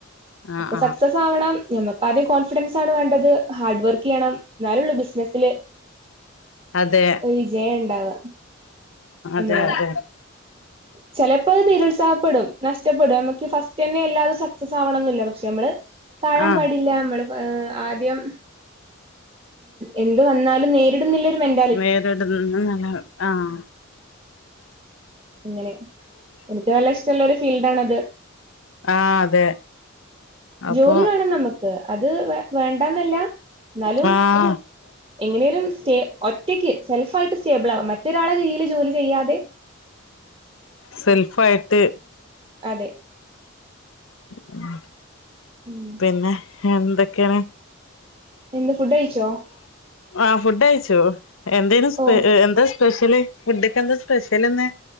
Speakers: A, on the left; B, on the right.
A: ആഹ്
B: അപ്പൊ
A: ആഹ്
B: സക്സസ് ആവണം ഞമ്മക്ക് ആദ്യം കോൺഫിഡൻസ് ആണ് വേണ്ടത് ഹാർഡ് വർക്ക് ചെയ്യണം എന്നാലേള്ളൂ ബിസിനെസ്സില്
A: അതെ
B: ഒരു വിജയം ഉണ്ടാവാ നമ്മളെ
A: അതെ അതെ
B: ചിലപ്പോ അത് നിരുത്സാഹപ്പെടും നഷ്ടപ്പെടും നമക്ക് ഫസ്റ്റ് തന്നെ എല്ലാരും സപ്പോർട്ട് സക്സസ് ആവണൊന്നുമില്ല പക്ഷെ നമ്മൾ താഴാന്
A: ആഹ്
B: പാടില്ല നമ്മൾ ആദ്യം എന്ത് വന്നാലും നേരിടും ന്നുളള മന്
A: വേറിടുന്ന നല്ല ആഹ്
B: ഇങ്ങനെ എനിക്ക് നല്ല ഇഷ്ടമുള്ള ഒരു ഫീൽഡ് ആണത്
A: ആഹ് അതെ അപ്പൊ
B: ജോലി വേണം നമുക്ക് അത് വ വേണ്ടന്നല്ല എന്നാലും
A: ആഹ്
B: എങ്ങനെയലും സ്റ്റേ ഒറ്റക്ക് സെൽഫ ആയിട്ട് സ്റ്റേബിൾ ആവാൻ പറ്റ് മറ്റൊരാളെ കീഴിൽ ജോലി ചെയ്യാതെ
A: സെൽഫ് ആയിട്ട്
B: അതെ
A: ഉം
B: ഉം
A: പിന്നെ എന്തൊക്കെയാണ്
B: എന്ത് ഫുഡ് കഴിച്ചോ?
A: ആഹ് ഫുഡ് കഴിച്ചു എന്തേ
B: ഓ
A: എന്താ സ്പെഷ്യല് ഫുഡ് ക്ക് എന്താ സ്പെഷ്യൽ ഇന്ന്